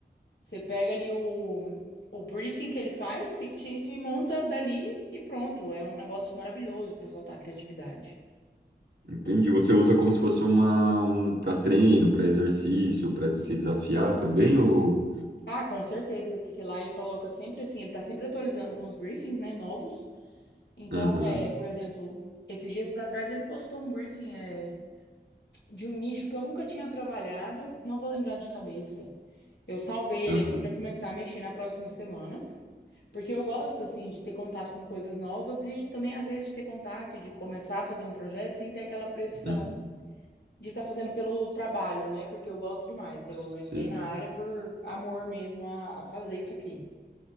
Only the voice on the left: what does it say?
você pega ali o, o briefing que ele faz, fictício, e monta dali e pronto. É um negócio maravilhoso para soltar a criatividade.
Ah, com certeza, porque lá ele coloca sempre assim, ele tá sempre atualizando com os briefings, né, novos. Então,
é, por exemplo, esses dias pra trás ele postou um briefing é, de um nicho que eu nunca tinha trabalhado, não vou lembrar de cabeça. Eu salvei
ele aqui pra começar a mexer na próxima semana, porque eu gosto assim de ter contato com coisas novas e também às vezes de ter contato e de começar a fazer um projeto sem ter aquela pressão
de estar fazendo pelo trabalho, né? Porque eu gosto demais. Eu
entrei na área por amor mesmo a a fazer isso aqui.